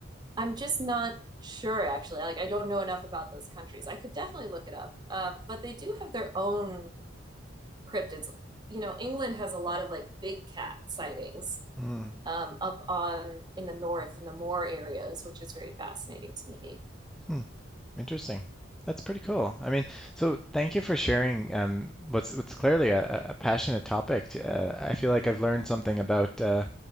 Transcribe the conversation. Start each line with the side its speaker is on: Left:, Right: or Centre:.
Right: I'm just not sure actually. Like, I don't know enough about those countries. I could definitely look it up. Um, but they do have their own cryptids. You know, England has a lot of like big cat sightings
Centre: Mm.
Right: um, up on in the north in the moor areas, which is very fascinating to me.
Centre: Hmm. Interesting. That's pretty cool. I mean, so thank you for sharing um, what's what's clearly a, a a passionate topic. To, uh, I feel like I've learned something about uh,